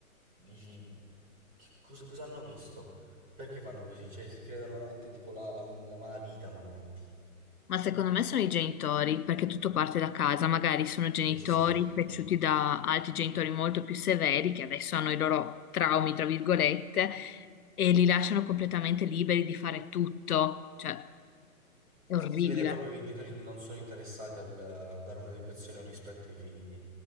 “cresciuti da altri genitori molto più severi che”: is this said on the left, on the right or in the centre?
Left